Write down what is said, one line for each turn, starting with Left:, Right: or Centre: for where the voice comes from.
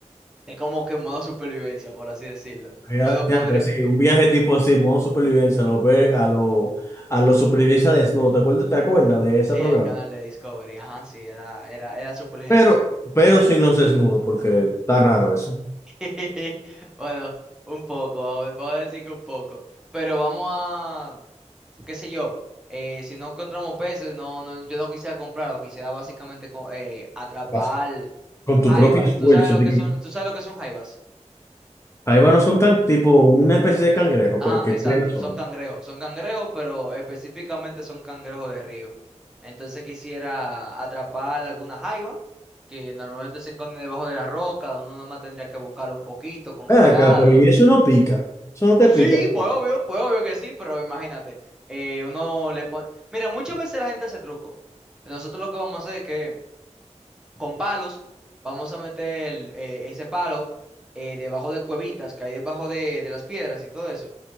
Centre: es como que en modo supervivencia, por así decirlo.
Left: Mira,
Centre: Pero podría,
Left: diantre, sí, un viaje tipo así, modo supervivencia, a lo, ve- a lo, a lo supervivencia desnudo. ¿Te acuerdas, te acuerdas de ese
Centre: sí, el
Left: programa?
Centre: canal de Discovery, ajá, sí, era, era, era súper genial.
Left: Pero, pero sin los desnudos, porque está raro eso.
Centre: <laughs> Bueno, un poco, vamos a vamos a decir que un poco. Pero vamos a, qué sé yo eh, si no encontramos peces, no, no, yo no quisiera comprar, lo quisiera básicamente co- eh, atrapar
Left: Vas Con tu
Centre: Jaivas,
Left: propio esfuerzo.
Centre: ¿tú sabes lo
Left: digo,
Centre: que son? ¿Tú sabes lo que son jaivas?
Left: Ahí van, no son can- tipo una especie de cangrejo,
Centre: Ajá,
Left: pero que
Centre: exacto,
Left: bien no son.
Centre: son cangrejos, son cangrejos, pero específicamente son cangrejos de río. Entonces quisiera atrapar alguna jaiva que normalmente se esconde debajo de la roca, uno nada más tendría que buscarlo un poquito, con
Left: Ven
Centre: cuidado.
Left: acá, pero y eso no pica. Eso no te
Centre: Pues
Left: pica.
Centre: Sí, pues obvio, pues obvio que sí, pero imagínate, eh, uno le pone... Mira, muchas veces la gente hace truco. Nosotros lo que vamos a hacer es que con palos, vamos a meter eh, ese palo eh, debajo de cuevitas que hay debajo de, de las piedras y todo eso.